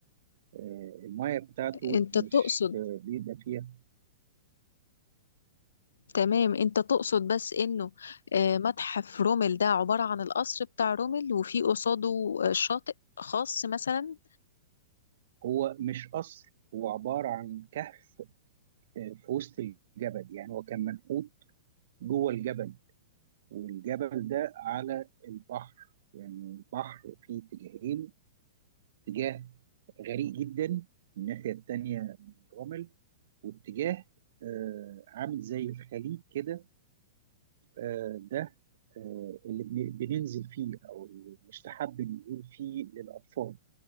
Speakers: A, on the right; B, on the left.
A: آه، الميه بتاعته
B: انت
A: مش
B: تقصد
A: آه، بيبقى فيها
B: تمام انت تقصد بس انه آه، متحف رومل ده عبارة عن القصر بتاع رومل وفي قصاده آه، شاطئ خاص مثلا
A: هو مش قصر هو عبارة عن كهف آه، في وسط الجبل يعني هو كان منحوت جوه الجبل والجبل ده على البحر يعني البحر فيه اتجاهين اتجاه غريق جدا الناحية التانية من رمل واتجاه آه، عامل زي الخليج كده آه، ده آه، اللي بن- بننزل فيه او اللي مستحب النزول فيه للاطفال